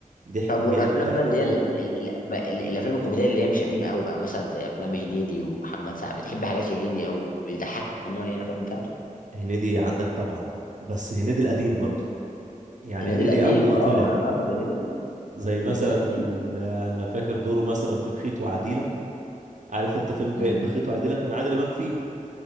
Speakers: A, on the right; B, on the left.
A: ضحك
B: طب
A: جا-
B: والأفلام
A: ضحك
B: بقى اللي
A: موت
B: هي ال... ال... ال... ال... بقى ال- الأفلام الكوميدية اللي هي مش قديمة أوي بقى مثلا زي أفلام هنيدي ومحمد سعد بتحب حاجات لهنيدي أوي بيضحكك عموما يعني الأفلام بتاعته؟
A: هنيدي عندك طبعا بس هنيدي القديم برضو يعني
B: هنيدي
A: هنيدي
B: القديم
A: أول ما
B: أه
A: طلع
B: أنا بقصد هنيدي ال-
A: زي مثلا
B: هنيدي القديم
A: آه، أنا فاكر دوره مثلا في بخيت وعديلة عارف أنت فيلم ب-
B: امم
A: بخيت وعديلة كان عادل إمام فيه